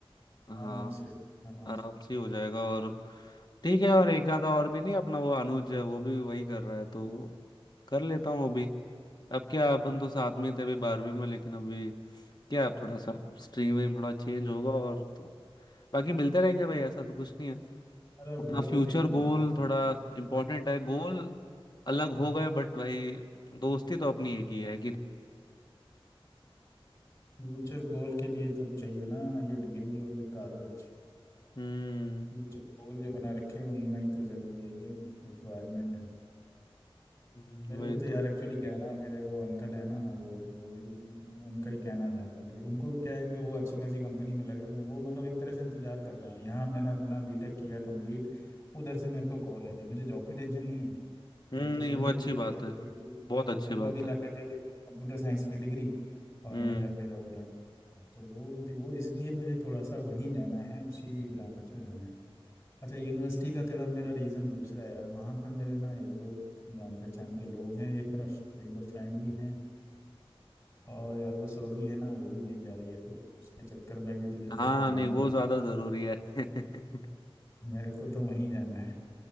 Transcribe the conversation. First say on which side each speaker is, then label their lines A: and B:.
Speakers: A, on the left; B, on the left.
A: हाँ
B: आराम से आराम
A: आराम
B: से
A: से ही हो जाएगा और ठीक है और एक आधा और भी नहीं अपना वो अनुज है वो भी वही कर रहा है तो कर लेता हूँ वो भी अब क्या अपन तो साथ में थे अभी बारहवीं में लेकिन अभी क्या अब थोड़ा सा स्ट्रीम वीम थोड़ा चेंज होगा और तो बाकी मिलते रहेंगे भाई ऐसा तो कुछ नहीं है
B: अरे
A: अपना
B: वो
A: फ्यूचर
B: की दिक्कत
A: गोल
B: नहीं
A: थोड़ा
B: है
A: इम्पोर्टेंट है गोल अलग हो गए बट भाई दोस्ती तो अपनी एक ही है कि नहीं
B: फ्यूचर गोल के लिए तो चाहिए ना ये डिग्री और ये कागज
A: हम्म
B: फ्यूचर गोल जो बना रखे हैं उनमें ही तो जरूरी है ये रिक्वायरमेंट है
A: हम्म,
B: मेरे
A: वही
B: को तो यार
A: तो
B: एक्चुअली क्या है ना मेरे वो अंकल है ना वो, वो उनका ही कहना था कंपनी उनको क्या है कि वो अच्छी खासी कंपनी में लगे हुए हैं। वो मतलब एक तरह से इंतजार कर रहे हैं यहाँ मैंने अपना बीटेक किया कंप्लीट उधर से मेरे को कॉल है मुझे जॉब की टेंशन नहीं है जॉब
A: हम्म
B: तो
A: नहीं
B: समझ
A: वो
B: ले
A: अच्छी
B: मेरी लगी
A: बात
B: रखी
A: है
B: है तू
A: बहुत अच्छी
B: मेरे को
A: बात
B: अभी ला
A: है
B: के दे दे कंप्यूटर साइंस की डिग्री और
A: हम्म
B: मैं जाके जॉब हो जाऊँ तो वो वो इसलिए मुझे थोड़ा सा वहीं जाना है उसी ब्रांच में जाना है अच्छा यूनिवर्सिटी का थोड़ा मेरा रीज़न दूसरा है यार वहाँ पे मेरे ना एक दो जान पहचान के लोग हैं एक मेरा एक दो फ्रेंड भी हैं और यार वो सुरभि है ना वो भी वहीं जा रही है तो उसके चक्कर में भी तुझे
A: हाँ
B: पता है जाना
A: नहीं वो
B: जरूर
A: ज्यादा जरूरी है <laughs> हम्म,
B: मेरे को तो वहीं जाना है